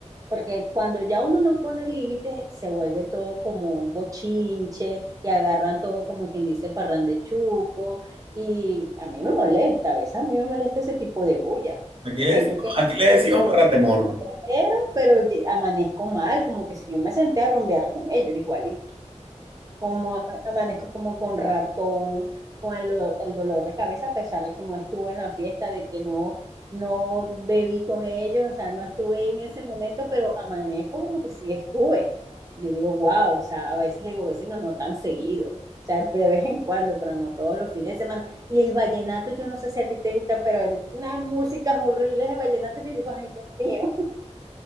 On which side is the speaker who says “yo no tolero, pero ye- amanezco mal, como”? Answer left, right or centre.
Right